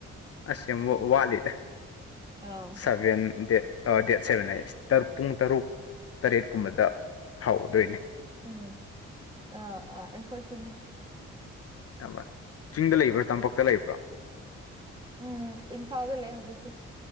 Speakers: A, on the left (about 50°); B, on the right (about 15°).
A: ꯑꯁ ꯌꯝ ꯋꯥ ꯋꯥꯠꯂꯤꯗ
B: ꯑꯥꯎ
A: ꯁꯚꯦꯟ ꯗꯦꯠ ꯑꯥ ꯗꯦꯠ ꯁꯦꯚꯦꯟ ꯍꯥꯏꯌꯦ ꯁ꯭ꯇꯔ ꯄꯨꯡ ꯇꯔꯨꯛ ꯇꯔꯦꯠ ꯀꯨꯝꯕꯗ ꯍꯧꯗꯣꯏꯅꯦ
B: ꯎꯝ ꯑꯥ ꯑꯥ ꯑꯩꯈꯣꯏꯁꯨꯅꯦ
A: <unintelligible> ꯆꯤꯡꯗ ꯂꯩꯕ꯭ꯔꯣ ꯇꯝꯄꯥꯛꯇ ꯂꯩꯕ꯭ꯔꯣ?
B: ꯎꯝ ꯏꯝꯐꯥꯜꯗ ꯂꯩ ꯍꯧꯖꯤꯛꯇꯤ